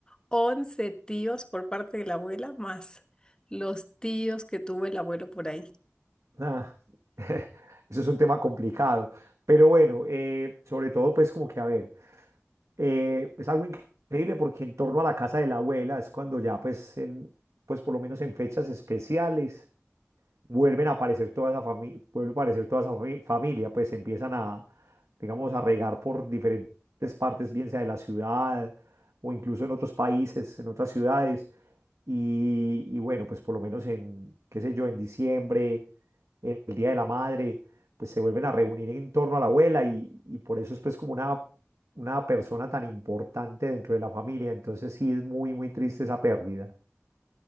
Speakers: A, on the left; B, on the right.
A: 11 tíos por parte de la abuela más los tíos que tuvo el abuelo por ahí.
B: Ah, <laughs> Eso es un tema complicado. Pero bueno, eh, sobre todo, pues como que a ver. Eh, es algo increíble porque en torno a la casa de la abuela es cuando ya pues, en, pues por lo menos en fechas especiales vuelven a aparecer toda esa familia, vuelve a aparecer toda esa fami- familia, pues empiezan a, digamos, a regar por diferentes partes, bien sea de la ciudad o incluso en otros países, en otras ciudades, y, y bueno, pues por lo menos en, qué sé yo, en diciembre, el Día de la Madre, pues se vuelven a reunir en torno a la abuela y, y por eso es pues como una, una persona tan importante dentro de la familia. Entonces sí es muy, muy triste esa pérdida.